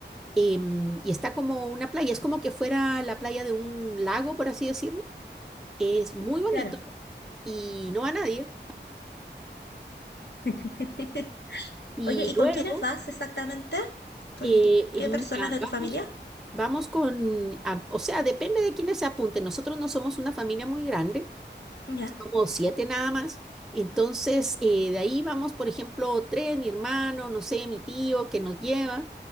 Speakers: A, in the centre; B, on the left.
A: em, y está como una playa, es como que fuera la playa de un lago, por así decirlo. Es muy bonito
B: Claro.
A: y no va nadie.
B: <laughs>
A: Y
B: Oye, ¿y con
A: luego...
B: quiénes vas exactamente? ¿Con
A: eh,
B: qué
A: mira,
B: personas de
A: vamos
B: tu familia?
A: Vamos con, a- o sea, depende de quiénes se apunten. Nosotros no somos una familia muy grande,
B: Ya.
A: somos siete nada más. Entonces, eh, de ahí vamos, por ejemplo, tres, mi hermano, no sé, mi tío que nos lleva,